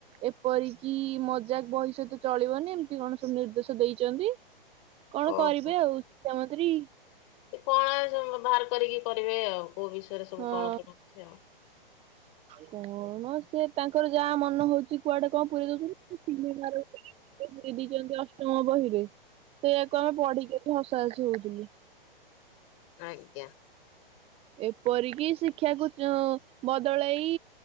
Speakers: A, on the right (about 20°); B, on the left (about 35°).
A: ଏପରିକି ମଜାକ୍ ବହି ସହିତ ଚଳିବନି ଏମିତି କଣ ସବୁ ନିର୍ଦ୍ଦେଶ ଦେଇଚନ୍ତି।
B: <inaudible>
A: କଣ
B: ଓହୋ।
A: କରିବେ ଆଉ ଶିକ୍ଷାମନ୍ତ୍ରୀ।
B: ସେ କଣ <unintelligible> ବାହାର କରିକି କରିବେ ଆଉ କୋଉ ବିଷୟରେ ସବୁ
A: ହଁ
B: କଣ କଣ ଅଛି ଆଉ।
A: କଣ ସିଏ ତାଙ୍କର ଯାହା ମ ନହୋଉଚି କୁଆଡେ କଁ ପୁରେଇ ଦୋଉ <unintelligible> ସିନେମାର ପୁରେଇ ଦେଇଚନ୍ତି ଅଷ୍ଟମ ବହିରେ। ସେଇଆକୁ ଆମେ ପଢିକି ଏଠି ହସାହସି ହୋଉଥୁଲୁ।
B: ଆଜ୍ଞା।
A: ଏପରିକି ଶିକ୍ଷାକୁ ଚୁ ବଦଳାଇ